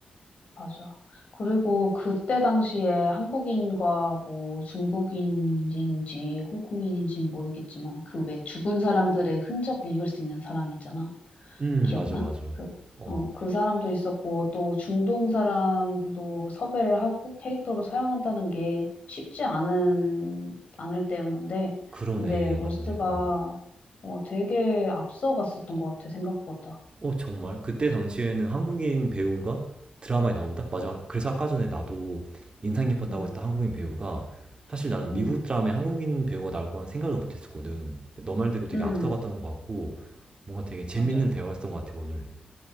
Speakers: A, on the left; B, on the right.
A: 맞아. 그리고 그때 당시에 한국인과 뭐 중국인인지 홍콩인인지 모르겠지만 그 왜 죽은 사람들의 흔적 읽을 수 있는 사람 있잖아.
B: 음,
A: 기억나?
B: 맞아, 맞아.
A: 그,
B: 어,
A: 어, 그 사람도 있었고 또 중동 사람도 섭외를 하고 캐릭터로 사용한다는 게 쉽지 않은, 않을 때였는데
B: 그러네.
A: 근데 로스트가
B: 맞네. 어.
A: 어, 되게 앞서갔었던 것 같아, 생각보다.
B: 어, 정말? 그때 당시에는 한국인 배우가 드라마에 나온다? 맞아. 그래서 아까 전에 나도 인상 깊었다고
A: 음,
B: 했던 한국인 배우가 사실 나는
A: 음,
B: 미국 드라마에 한국인 배우가 나올 거란 생각을 못 했었거든. 근데 너 말대로 되게
A: 음,
B: 앞서갔던 것 같고 뭔가 되게 재밌는
A: 맞아.
B: 대화였던 것 같아, 오늘.